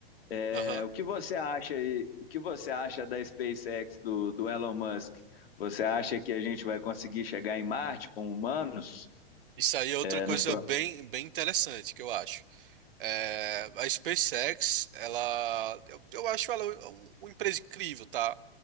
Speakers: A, on the left; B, on the right.
A: É,
B: Aham.
A: o que você acha aí, o que você acha da SpaceX do, do Elon Musk? Você acha que a gente vai conseguir chegar em Marte com humanos
B: Isso aí é outra
A: é,
B: coisa
A: nos,
B: bem, bem interessante que eu acho. É, a SpaceX, ela, eu, eu acho ela um- um, uma empresa incrível, tá?